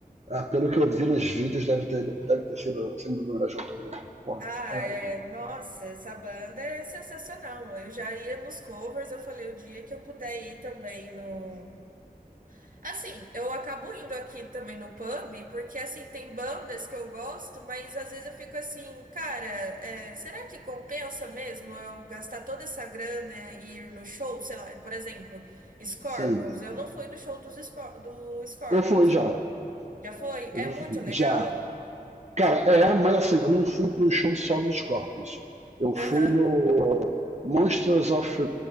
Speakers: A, on the right; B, on the right.
A: Ah, pelo que eu vi nos vídeos, deve ter, deve ter sido, sem dúvida, o melhor jogo também. Porra,
B: Ah,
A: caralho,
B: é,
A: né?
B: nossa, essa banda é sensacional. Eu já ia nos covers, eu falei o dia que eu puder ir também no Assim, eu acabo indo aqui também no pub, porque assim, tem bandas que eu gosto, mas às vezes eu fico assim, cara, é, será que compensa mesmo eu gastar toda essa grana e ir no show? Sei lá, por exemplo, Scorpions.
A: Sim.
B: Eu não fui no show dos Scor- do Scorpions.
A: Eu fui já.
B: Já foi?
A: Eu
B: É
A: já
B: muito
A: fui.
B: legal?
A: Já. Cara, é, mas assim, eu não fui pro show só dos Scorpions. Eu fui
B: Aham.
A: no Monsters of,